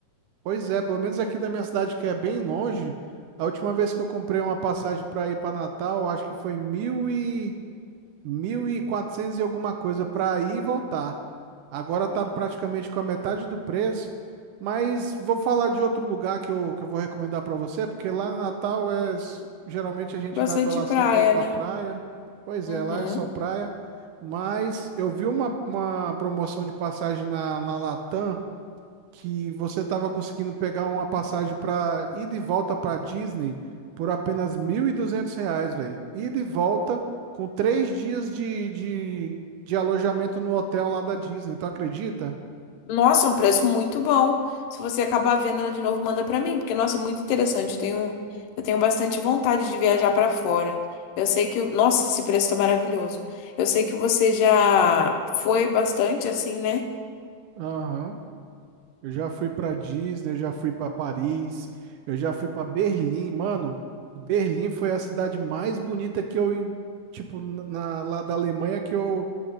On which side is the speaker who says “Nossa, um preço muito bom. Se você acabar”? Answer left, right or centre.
Left